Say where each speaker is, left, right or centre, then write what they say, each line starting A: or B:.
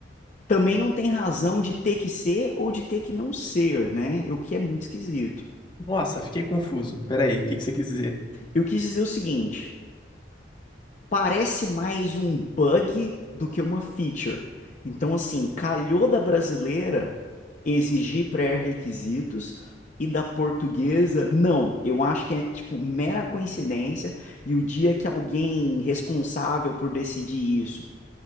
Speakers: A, on the left; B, on the left.
A: também não tem razão de ter que ser ou de ter que não ser, né? O que é muito esquisito.
B: Nossa, fiquei confuso. Peraí, o que que você quis dizer?
A: Eu quis dizer o seguinte. parece mais um bug do que uma feature. Então, assim, calhou da brasileira exigir pré-requisitos e da portuguesa, não. Eu acho que é, tipo, mera coincidência. E o dia que alguém responsável por decidir isso